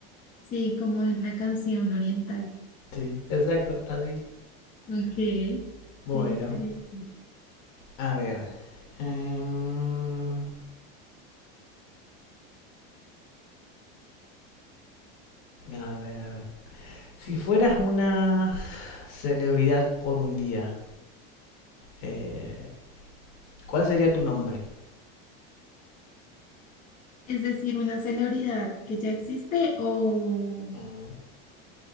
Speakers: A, on the left; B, on the left.
A: Sí, como una canción oriental.
B: Sí, exacto, así.
A: Ok, ok,
B: Bueno,
A: estaría chévere.
B: a ver. em, a ver, a ver. Si fueras una celebridad por un día, eh, ¿cuál sería tu nombre?
A: Es decir, una celebridad que ya existe o...
B: Mm,